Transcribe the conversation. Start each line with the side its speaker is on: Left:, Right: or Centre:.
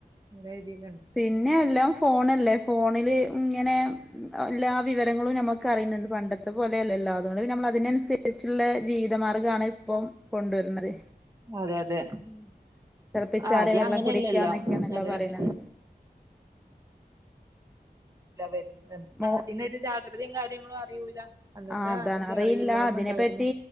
Right: <unintelligible>
Centre: പിന്നെ എല്ലാം ഫോണല്ലേ ഫോണില് ഇങ്ങനെ എല്ലാ വിവരങ്ങളും ഞമ്മക്ക് അറിയുന്നുണ്ട് പണ്ടത്തെ പോലെയല്ലല്ലോ അതുകൊണ്ട് പിന്നെ നമ്മള് അതിനനുസരിച്ചുള്ള ജീവിതമാർഗാണ് ഇപ്പം കൊണ്ടുവരുന്നത്
Right: അതെ അതെ
Centre: ഉം തിളപ്പിച്ചാറിയ
Right: ആദ്യം
Centre: വെള്ളം
Right: അങ്ങനെയല്ലല്ലോ
Centre: കുടിക്കാന്നൊക്കെയണല്ലോ
Right: അതെ
Centre: പറയുന്നത്
Right: അതെ <inaudible>
Centre: മോ
Right: അതിനൊരു ജാഗ്രതയും കാര്യ ഇങ്ങളും അറിയൂല അന്നത്തെ
Centre: ആ അതാണ്
Right: ഇത്
Centre: അറിയില്ല
Right: അറിവില്ലായ്മ
Centre: അതിനെ
Right: ഉണ്ടായിരുന്നു
Centre: പറ്റി